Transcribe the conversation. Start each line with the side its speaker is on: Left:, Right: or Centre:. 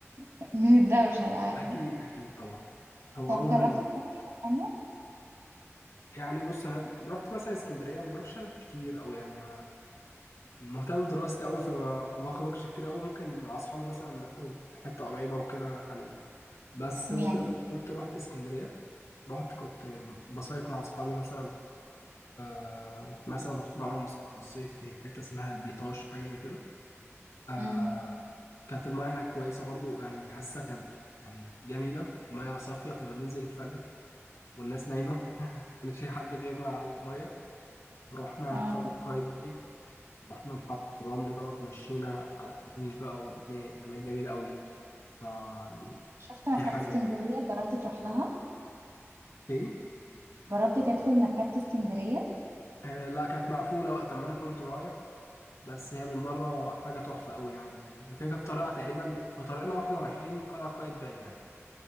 Right: <laughs> من الدوشة ده عارفه
Left: اكيد اكيد طبعا هو
Right: طب
Left: عموما
Right: جربت تروح حتة تانية
Left: يعني بص انا رحت مثلا اسكندريه ما بروحش عدد كتير او يعني انا مهتم بدراستي قوي فما ما بخرجش كتير قوي ممكن مع اصحابي مثلا نخرج في حته قريبه وكده يعني بس
Right: م-
Left: ممكن
Right: يعني
Left: قلت رحت اسكندريه رحت كنت بصيف مع اصحابي مثلا آه مثلا رحت معاهم الصيف في حتة اسمها البيطاش حاجة زي كده آه
Right: امم
Left: كانت المياه هناك كويسة برضو يعني حاسة كانت يعني جميلة مياه صافية كنا بننزل الفجر والناس نايمة ما كانش في حد غيرنا على المياه ورحنا
Right: اه
Left: قلعة قايتباي رحنا محطة الرمل بقى وتمشينا على الكورنيش بقى والدنيا هناك جميلة قوي فيعني
Right: شفت مكتبة
Left: هي حلوة
Right: اسكندرية جربت تروح لها
Left: ايه
Right: جربت تدخل مكتبة اسكندرية
Left: آه لا كانت مقفولة وقت ما أنا كنت رايح بس هي من بره حاجه تحفه قوي يعني هي كده كده في طريقها تقريبا في طريقنا واحنا رايحين قلعه قايتباي يعني